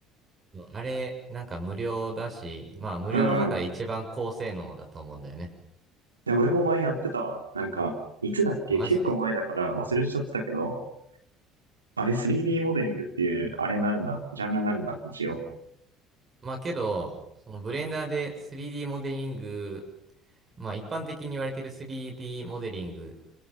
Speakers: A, on the right; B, on the right.
A: そうあれ、なんか無料だし、まあ、無料の中で一番高性能だと思うんだよね。
B: うんで、俺も前やってたわ。なんか、いつだっけ結構前だから忘れちゃってたけど、
A: あマジで。
B: あれ 3D モデリングっていう、あれになるんだ。ジャンルになるんだ、一応。
A: まあ、けど、そのブレンダーで 3D モデリング、まあ、一般的に言われてる 3D モデリング